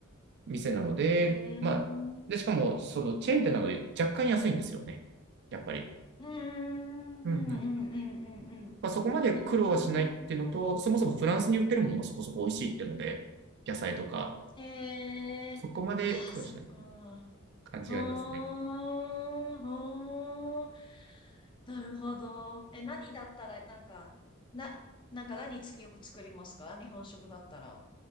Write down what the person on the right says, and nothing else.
店なので、
まあ、
で、しかもそのチェーン店なので若干安いんですよね、やっぱり。
うんうんまあ、そこまで苦労はしないっていうのと、
そもそもフランスに売ってるものがそこそこ美味しいっていうので、野菜とか、
そこまで苦労しない
感じがありますね。